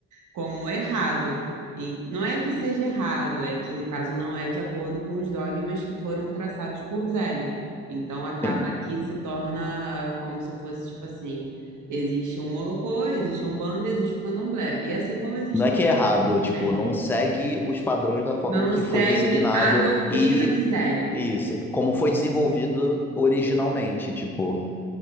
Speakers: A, on the right (about 45°); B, in the centre.
A: como errado. E não é que seja errado, é que no caso não é de acordo com os dogmas que foram traçados por Zélio. Então acaba
B: Sim.
A: que se torna como se fosse tipo assim, existe um Molocô, existe um banda, existe o Candomblé. E assim como existe
B: Não
A: aqui
B: é que é errado, tipo,
A: tem.
B: não segue os padrões da forma
A: Não
B: que
A: segue
B: foi designado
A: a doutrina
B: e
A: de Zélio.
B: isso, como foi desenvolvido originalmente, tipo,